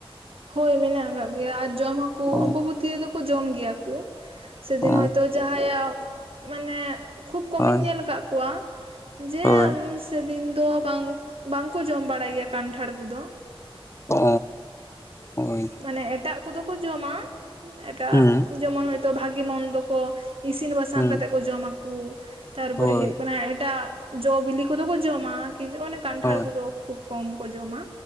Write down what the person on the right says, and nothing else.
ᱦᱳᱭ ᱢᱮᱱᱟᱜ ᱠᱟᱜ ᱜᱮᱭᱟ ᱟᱨ ᱡᱚᱢ ᱦᱚᱸᱠᱩ
ᱚᱢᱵᱵᱚᱛᱤ ᱫᱚ ᱠᱚ ᱡᱚᱢ ᱜᱮᱭᱟ ᱠᱩ ᱥᱮᱫᱤᱱ
ᱦᱚᱳᱭᱛᱳ ᱡᱟᱦᱟᱸᱭᱟᱜ ᱢᱟᱱᱮ ᱠᱷᱩᱵ ᱠᱚᱢᱤᱧ
ᱧᱮᱞ ᱠᱟᱜ ᱠᱚᱣᱟ ᱡᱮ
ᱥᱮᱫᱤᱱ ᱫᱚ ᱵᱟᱝ ᱵᱟᱝᱠᱚ ᱡᱚᱢ ᱵᱟᱲᱟᱭ ᱜᱮᱭᱟ ᱠᱟᱱᱴᱷᱟᱲ ᱠᱚᱫᱚ
ᱢᱟᱱᱮ ᱮᱴᱟᱜ ᱠᱚᱫᱚ ᱠᱚ ᱡᱚᱢᱟ ᱮᱴᱟᱜ
ᱡᱮᱢᱚᱱ ᱦᱚᱭᱛᱳ ᱵᱷᱟᱜᱤ ᱢᱚᱱᱫᱚ ᱠᱚ ᱤᱥᱤᱱ ᱵᱟᱥᱟᱝ
ᱠᱟᱛᱮᱜ ᱠᱚ ᱡᱚᱢᱟᱠᱩ ᱛᱟᱨᱯᱚᱨᱮ
ᱦᱩᱭᱩᱜ ᱠᱟᱱᱟ ᱮᱴᱟᱜ ᱡᱚ ᱵᱤᱞᱤ ᱠᱚᱫᱚ ᱠᱚ ᱡᱚᱢᱟ ᱠᱤ ᱚᱱᱮ ᱠᱟᱱᱴᱷᱟᱲ
ᱠᱚᱫᱚ ᱠᱷᱩᱵ ᱠᱚᱢ ᱠᱚ ᱡᱚᱢᱟ